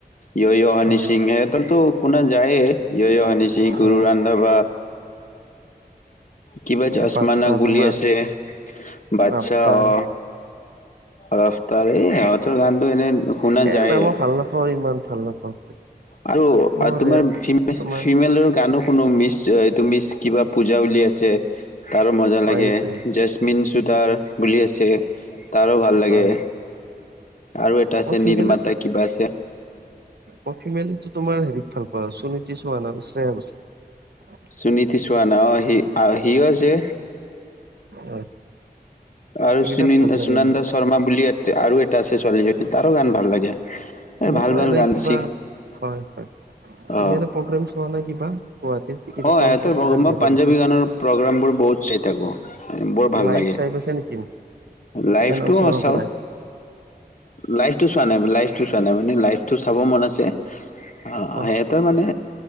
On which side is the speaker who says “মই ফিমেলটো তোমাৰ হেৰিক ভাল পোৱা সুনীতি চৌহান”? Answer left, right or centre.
Right